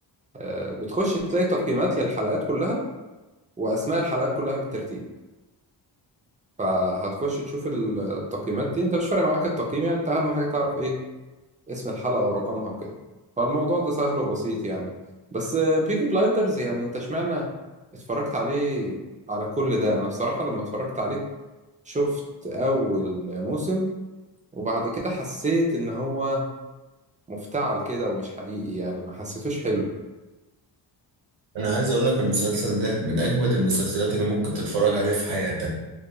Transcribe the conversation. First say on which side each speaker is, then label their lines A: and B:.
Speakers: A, on the right; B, on the right.
A: أه بتخش تلاقي تقييمات للحلقات كلها واسماء الحلقات كلها بالترتيب فهتخش تشوف التقييمات دي انت مش فارق معاك التقييم يعني انت اهم حاجه تعرف ايه اسم الحلقة ورقمها وكده فالموضوع ده سهل وبسيط يعني بس بيكي بلايندرز يعني انت اشمعنى اتفرجت عليه على كل ده انا بصراحة لما اتفرجت عليه شفت اول موسم وبعد كده حسيت ان هو مفتعل كده ومش حقيقي يعني ما حسيتوش حلو
B: انا عايز اقول لك المسلسل ده من اجمد المسلسلات اللي ممكن تتفرج عليها في حياتك